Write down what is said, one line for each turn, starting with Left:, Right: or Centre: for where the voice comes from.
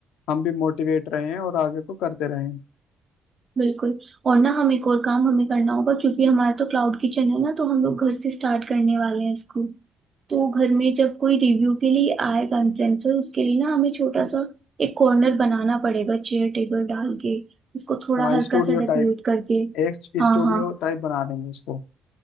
Left: हम भी मोटिवेट रहें और आगे को करते रहें
Right: बिल्कुल और ना हम एक और काम हमें करना होगा क्योंकि हमारा तो क्लाउड किचन है ना तो हम लोग घर से स्टार्ट करने वाले हैं इसको तो घर में जब कोई रिव्यू के लिए आएगा इन्फ्लुएंसर उसके लिए ना हमें छोटा सा एक कॉर्नर बनाना पड़ेगा चेयर टेबल डाल के उसको थोड़ा
Left: हाँ
Right: हल्का
Left: स्टूडियो
Right: सा डेकोरेट
Left: टाइप
Right: करके
Left: एक
Right: हाँ
Left: स्टूडियो
Right: हाँ
Left: टाइप बना देंगे उसको